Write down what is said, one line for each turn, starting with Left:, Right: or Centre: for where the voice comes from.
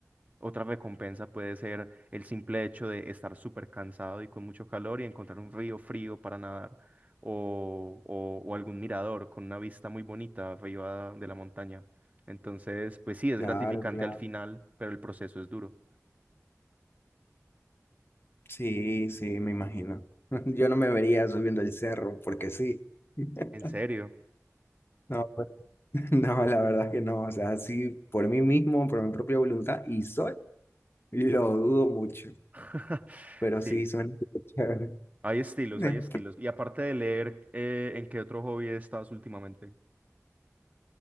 Right: Otra recompensa puede ser el simple hecho de estar súper cansado y con mucho calor y encontrar un río frío para nadar o, o- o algún mirador con una vista muy bonita arriba de la montaña. Entonces, pues sí, es
Left: Claro,
Right: gratificante
Left: claro.
Right: al final, pero el proceso es duro.
Left: Sí, sí, me imagino. <laughs> Yo no me vería subiendo el cerro porque sí. <laughs>
Right: ¿En serio?
Left: No, pues, <laughs> no, la verdad que no. O sea, sí, por mí mismo, por mi propia voluntad y sol, lo dudo mucho.
Right: <laughs>
Left: Pero sí, suena
Right: Sí,
Left: súper chévere.
Right: hay estilos,
Left: <laughs>
Right: hay estilos. Y aparte de leer, eh, ¿en qué otro hobby estás últimamente?